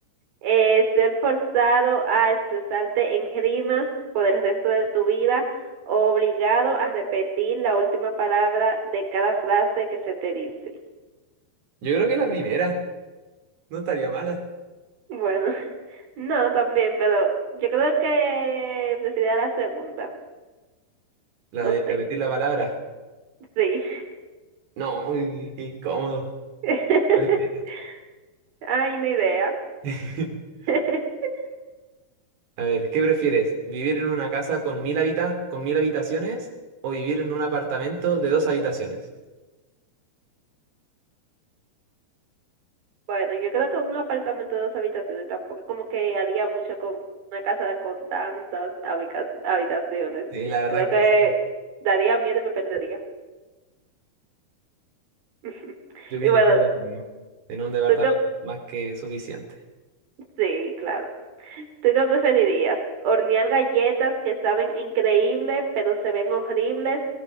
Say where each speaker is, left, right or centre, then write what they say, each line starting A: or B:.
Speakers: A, on the right; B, on the right.
A: Eh, ¿ser forzado a expresarte en rimas por el resto de tu vida o obligado a repetir la última palabra de cada frase que se te dice?
B: Yo creo que la primera. No estaría mala.
A: Bueno, <laughs> no, también, pero yo creo que preferiría la segunda.
B: La
A: No
B: de
A: sé.
B: repetir la palabra.
A: Sí.
B: No, qué qué incómodo.
A: <laughs>
B: Horrible.
A: Ay, ni idea.
B: <laughs>
A: <laughs>
B: A ver, ¿qué prefieres? ¿Vivir en una casa con mil habita- con mil habitaciones o vivir en un apartamento de dos habitaciones?
A: Bueno, yo creo que un apartamento de dos habitaciones tampoco es como que haría mucho con una casa con tantas habica- habitaciones.
B: Sí, la verdad
A: Creo que
B: que sí,
A: daría miedo y me perdería. <laughs>
B: yo viniría
A: Y bueno,
B: lo mismo. En un departamento
A: tú qué,
B: más que suficiente.
A: sí, claro. ¿Tú qué preferirías? ¿Hornear galletas que saben increíble pero se ven horribles?